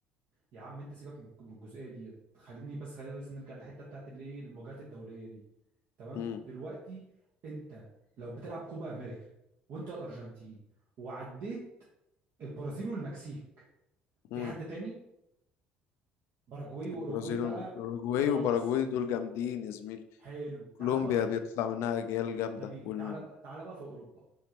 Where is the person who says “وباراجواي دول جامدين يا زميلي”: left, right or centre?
Left